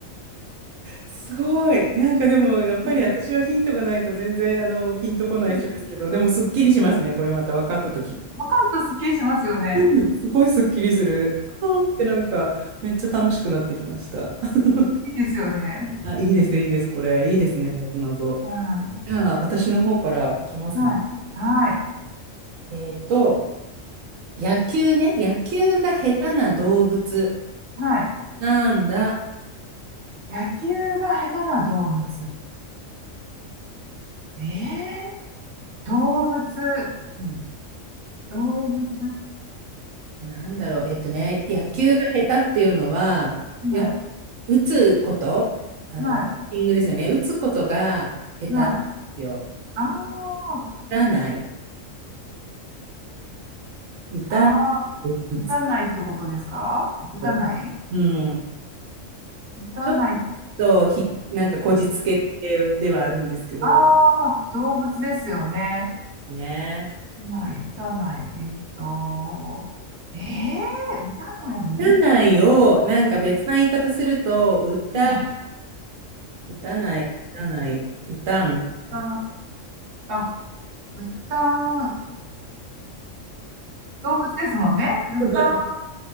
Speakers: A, on the right; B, on the right.
A: すごい。なんかでも、やっぱり私はヒントがないと全然、
B: うん
A: あの、ピンとこない人ですけど、
B: うん
A: でもすっきりしますね。これまた分かったとき。
B: わかるとスッキリしますよね。
A: うんすごいすっきりする。あーってなんか、めっちゃ楽しくなってきました。<laughs>
B: いいですよね。
A: あ、いいです、いいです、これ。いいですね、なぞなぞ。
B: うん。
A: じゃあ、私の方からいきますね。
B: はい。はい。
A: えっと、野球ね。野球が下手な動物。
B: はい。
A: なんだ。
B: 野球が下手な動物ええー動物、
A: うん
B: 動物、
A: なんだろう、えっとね、野球が下手っていうのは、
B: うん。
A: よ、
B: はい。
A: 打つこと、あの、
B: はい。
A: バッティングですよね。打つことが下手なんですよ。
B: はい。ああ、
A: 打たない、打たない、
B: ああ、
A: ぶつけ
B: 打たないってことですか打たない
A: て。うん。
B: 打たない。
A: ちょっとひ、なんかこじつけではあるんですけど、
B: ああー、動物ですよね。
A: ね。
B: 打たない、打たない。えっと、ええー、打たないうん、
A: 打たないを、なんか別な言い方すると、打た、
B: うん、あ
A: 打たない、打たない、打たん、みたい
B: ああ、あ、打た動物ですもんね。歌、
A: な。
B: 歌、